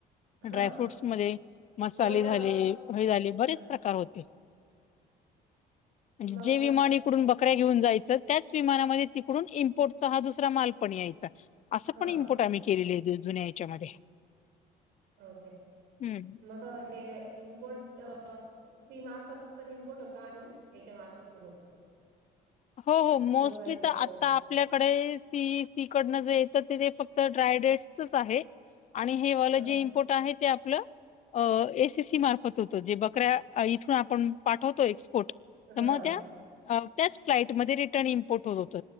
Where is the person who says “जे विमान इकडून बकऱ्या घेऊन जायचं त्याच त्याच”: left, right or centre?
Left